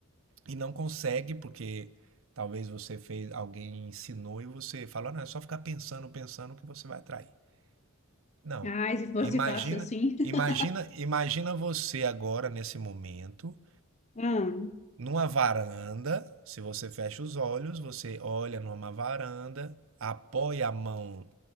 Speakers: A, on the right (about 65°); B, on the left (about 30°).
A: e não consegue porque talvez você fez, alguém ensinou e você falou, não, é só ficar pensando, pensando que você vai atrair. Não.
B: Ai, se fosse
A: Imagina
B: fácil assim.
A: imagina
B: <laughs>
A: imagina você agora nesse momento,
B: Ah,
A: numa varanda, se você fecha os olhos, você olha numa varanda, apoia a mão